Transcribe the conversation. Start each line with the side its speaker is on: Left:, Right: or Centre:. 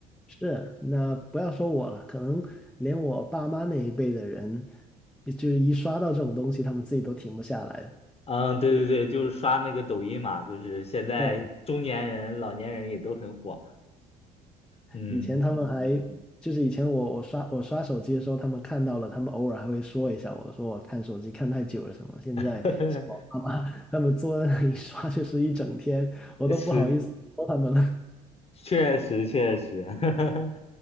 Centre: 是，那不要说我了，可能连我爸妈那一辈的人，就是一刷到这种东西，他们自己都停不下来。
Left: 嗯，对对对，就是刷那个抖音嘛，就是现在中年人、
Centre: 对。
Left: 老年人也都很火。嗯，
Centre: 以前他们还就是以前我我刷我刷手机的时候，他们看到了，他们偶尔还会说一下我，说我看手机看太久了什么。现在像我爸妈他们坐在那里刷就是一整天，
Left: <laughs>
Centre: 我都不好意思说他们了。
Left: 是，确实确实。<laughs>